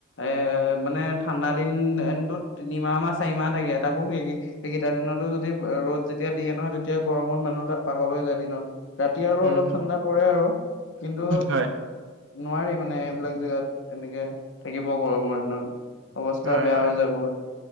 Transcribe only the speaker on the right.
উম
হম
হয়
হয়
হয়